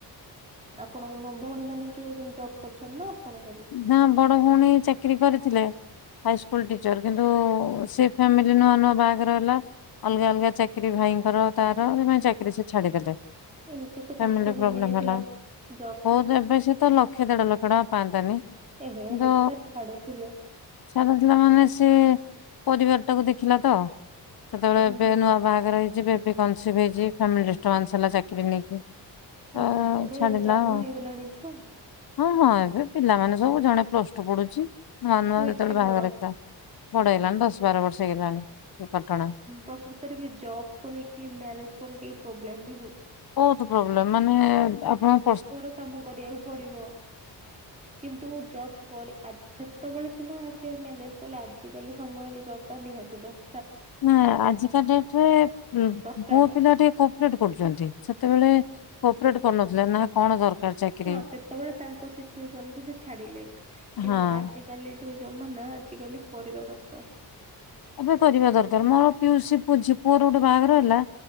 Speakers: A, on the right; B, on the left.
A: ଆପଣଙ୍କ ମ ଭଉଣୀ ମାନେ କିଏ ଜବ୍ କରୁଛନ୍ତି ନା ଆପଣ ଖାଲି?
B: ହଁ ବଡ ଭଉଣୀ ଚାକିରି କରିଥିଲେ ହାଇସ୍କୁଲ ଟିଚର୍ କିନ୍ତୁ ସେ ଫ୍ୟାମିଲି ନୂଆ ନୂଆ ବାହାଘର ହେଲା ଅଲଗା ଅଲଗା ଚାକିରି ଭାଇଙ୍କର ତାର ସେଇ ପାଇଁ ଚାକିରି ସେ ଛାଡିଦେଲେ।
A: ଏ କେତେ କଷ୍ଟରେ
B: ଫାମିଲି ପ୍ରୋବଲେମ୍
A: ମିଳିଥିଲା
B: ହେଲା
A: ଜବ ଟା
B: ଓ ବହୁତ ଏବେ ସେ ତ ଲକ୍ଷେ ଦେଢ ଲକ୍ଷ ଟଙ୍କା ପାଆନ୍ତି କାନ୍ତି କିନ୍ତୁ
A: ଏହେ ବେକାର ଛାଡୁଥିଲେ
B: ଇଛା ନଥିଲା ମାନେ ସେ ପରିବାର ଟାକୁ ଦେଖିଲା ତ। ସେତେବେଳେ
A: ହୁଁ।
B: ଏବେ ନୂଆ ବାହାଘର ହେଇଚି ବେବି କନ୍ସିଭ ହେଇଚି ଫାମିଲି ଡିଷ୍ଟବାନ୍ସ ହେଲା ଚାକିରି କୁ ନେଇକି। ତ
A: ଓହୋ ଏବେ
B: ଛାଡିଲା
A: ଜନ୍ମ
B: ଆଉ
A: ହେଇଗଲାଣି ଛୁ
B: ହଁ ହଁ ଏବେ ପିଲାମାନେ ସବୁ ଜଣେ ପ୍ଲସ ଟୁ ପଢୁଚି ନୂଆ ନୂଆ
A: ଓ
B: ଯେତେବେଳେ
A: ଏତେ
B: ବାହାଘର
A: ବଡ।
B: ହେଇଥିଲା ବଡ ହେଲାଣି ଦଶ ବାର ବର୍ଷ ହେଇଗଲାଣି ଏ ଘଟଣା।
A: ପ୍ରକୃତରେ ବି ଜବ୍ କରି କିି ମ୍ୟାରେଜ୍ ପରେ ଟିକେ ପ୍ରୋବ୍ଲେମ ବି ହୁଏ।
B: ବହୁତ ପ୍ରୋବ୍ଲେମ୍ ମାନେ ଆପଣ
A: ଘର କାମ କରିବାକୁ ପଡିବ କିନ୍ତୁ ଜବ୍ କରି ଆ-ସେତେବେଳେ ସିନା ସେ ମ୍ୟାନେଜ୍ କଲେ ଆଜିକାଲି ସମୟରେ ଜବ୍ ଟା ନିହାତି ଦର
B: ନା ଆଜିକା ଡେଟ୍ ରେ ଉ
A: ଦରକାର
B: ପୁଅ ପିଲାଟି କୋପ୍ରେଟ୍ କରୁଚନ୍ତି ସେତେବେଳେ କୋପ୍ରେଟ କରୁନଥିଲେ ନା କଣ ଦରକାର ଚାକିରି
A: ହଁ ସେତେବେଳେ ତାଙ୍କ ସିଚୁଏସନ୍ କୁ ସେ ଛାଡିଲେ କିନ୍ତୁ
B: ହଁ
A: ଆଜି ଆଜ କାଲି ଯୋଉ ଜମା ନା ଆଜିକାଲି କରିବା ଦରକାର୍।
B: ଏବେ କରିବା ଦରକାର ମୋ ପିଉସୀ ପୁ-ଝି- ପୁଅର ଗୋଟେ ବାହାଘର ହେଲା